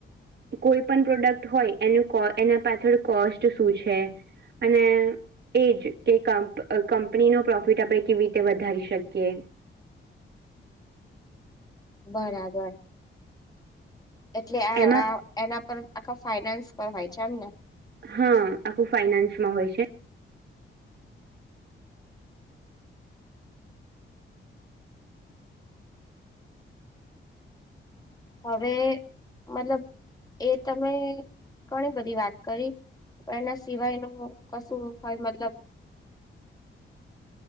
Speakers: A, on the right; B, on the left.
A: કોઈ પણ પ્રોડક્ટ હોય એનું એના પાછળ કોસ્ટ શું છે? અને એજ કે કંપ કંપનીનો પ્રોફિટ આપણે કેવી રીતે વધારી શકીએ?
B: બરાબર એટલે આ
A: એમાં
B: આ એના પર આખા ફાઈનાન્સ પર હોય છે એમ ને?
A: હા આખું ફાઈનાન્સમાં હોય છે
B: હવે મતલબ એ તમે ઘણી બધી વાત કરી એના સિવાય ન કશું હોય મતલબ,
A: <inaudible>